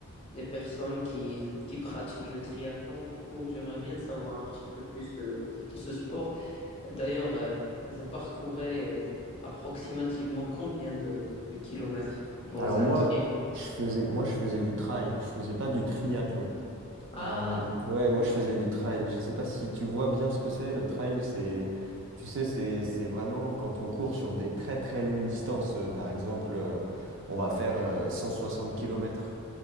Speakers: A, on the left; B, on the right.
A: les personnes qui, qui pratiquent le triathlon. Du coup, j'aimerais bien savoir un petit peu plus de, de ce sport. D'ailleurs, euh, vous parcourez euh, approximativement combien de, de kilomètres dans
B: Alors
A: un
B: moi,
A: trip?
B: je faisais, moi, je faisais du trail, je faisais pas du triathlon.
A: Ah,
B: Euh, ouais,
A: ok.
B: moi je faisais du trail. Je sais pas si tu vois bien ce que c'est. Le trail, c'est, tu sais, c'est c'est vraiment quand on court sur des très très longues distances. Euh, par exemple, euh, on va faire euh, 160 kilomètres.